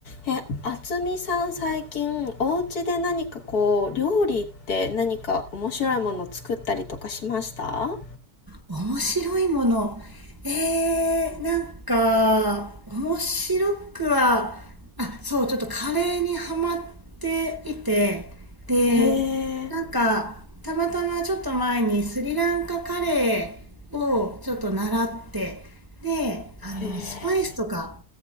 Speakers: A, on the left (about 75°); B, on the right (about 15°).
A: え、あつみさん最近お家で何かこう料理って何か面白いもの作ったりとかしました
B: 面白いもの。えー、なんか、面白くは、あ、そう、ちょっとカレーにハマっていて、で、
A: へえ、へ
B: なんか、たまたまちょっと前にスリランカカレーをちょっと習って、で、あの、
A: え、
B: スパイスとか、